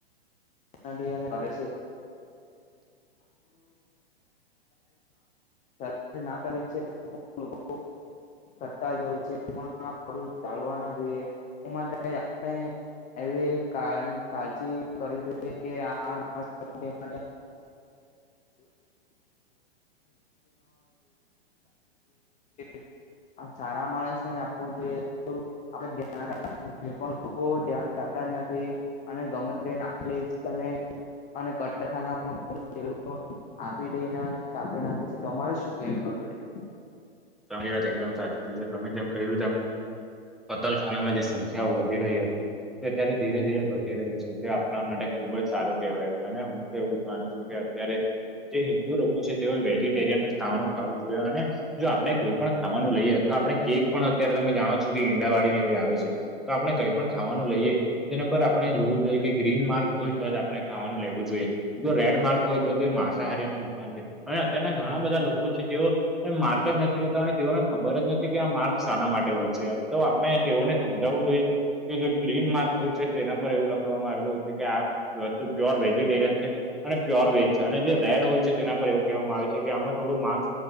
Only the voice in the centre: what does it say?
તમારી વાત એકદમ સાચી છે તમે જેમ કહ્યું તેમ કતલખાના માં જે સંખ્યાઓ વધી રહી હતી તે અત્યારે ધીરે ધીરે ઘટી રહી છે તે આપણા માટે ખુબ જ સારું કહેવાય છે અને એવું જ માનું છું કે અત્યારે જે હિન્દુ લોકો છે તેઓ વેજીિટેરિયન જ ખાવાનું ખાવું જોઈએ અને જો આપણે કોઈ પણ ખાવાનું લઈએ અથવા આપણે કેક પણ અત્યારે તમે જાણો છો કે ઈંડાવાડી ને એવી આવે છે. તો આપડે કઈ પણ ખાવાનું લઈએ તેના પર આપણે જોવું જોઈએ કે ગ્રીન માર્ક હોય તો જ આપણે ખાવાનું લેવું જોઈએ જો રેડ માર્ક હોય તો તે માસાહારી નો ની સાન છે હવે અત્યારના ઘણા બધા લોકો છે જેઓ માર્ક જ નથી હોતા અને તેઓને ખબર જ નથી કે આ માર્ક શાના માટે હોય છે તો આપણે તેઓને સમજાવું જોઈએ કે જે ગ્રીન માર્ક હોય છે તેના પર એવું લખવામાં આવે હોય છે કે આ વસ્તુ પ્યોર વેજીિટેરિયન છે. અને પ્યોર વેજ છે અને જે રેડ હોય છે તેના પર એવું કહેવામાં આવે છે કે આમાં થોડું માંસ